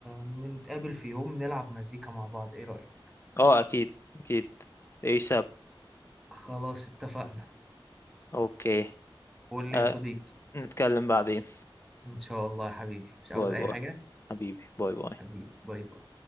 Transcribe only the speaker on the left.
اه اكيد اكيد ايساب
اوكي
أه
نتكلم بعدين
باي
باي
حبيبي باي باي